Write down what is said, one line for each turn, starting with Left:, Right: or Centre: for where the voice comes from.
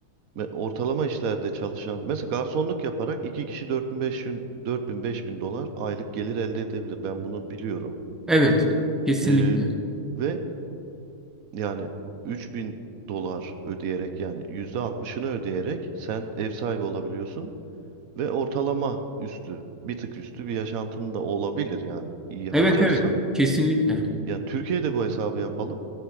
Right: me- ortalama işlerde çalışan mesela garsonluk yaparak iki kişi dört bin beş yüz dört bin 4000 bin dolar aylık gelir elde edebilir. Ben bunu biliyorum.
Centre: Evet. Kesinlikle.
Right: E, ve yani üç bin dolar ödeyerek yani %60'ını ödeyerek sen ev sahibi olabiliyorsun ve ortalama üstü bir tık üstü bir yaşantın da olabilir yani iyi harcarsan.
Centre: Evet evet. Kesinlikle.
Right: Yani Türkiye'de bu hesabı yapalım.